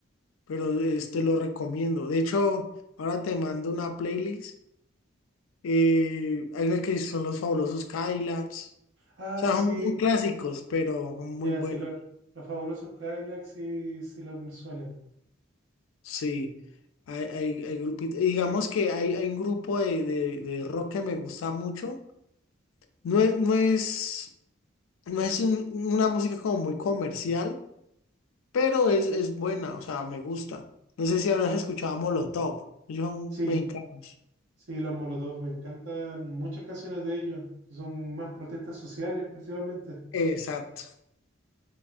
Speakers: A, on the left; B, on the right.
A: pero este lo recomiendo. De hecho, ahora te mando una playlist. eh, hay unas que son los fabulosos Cadillacs.
B: Ah,
A: O sea,
B: sí,
A: son son clásicos, pero son
B: Ya,
A: muy buenos.
B: sí, lo- los fabulosos Cadillacs sí, sí los me suenan.
A: Sí, hay, hay, hay grupitos. Digamos que hay, hay un grupo de, de, de rock que me gusta mucho. No es, no es, no es un- una música como muy comercial, pero es, es buena, o sea, me gusta. No sé si habrás escuchado a Molotov. Ellos son
B: Sí,
A: mexicanos.
B: sí, los Molotov, me encantan muchas canciones de ellos, que son más protestas sociales principalmente.
A: Exacto.